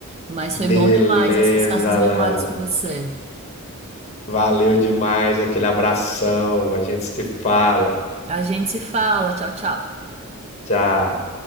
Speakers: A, on the right; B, on the left.
A: Mas
B: beleza,
A: foi bom demais acessar essas
B: Alana.
A: memórias com você.
B: Valeu demais aquele abração. A gente se fala.
A: A gente se fala. Tchau, tchau.
B: Tchau.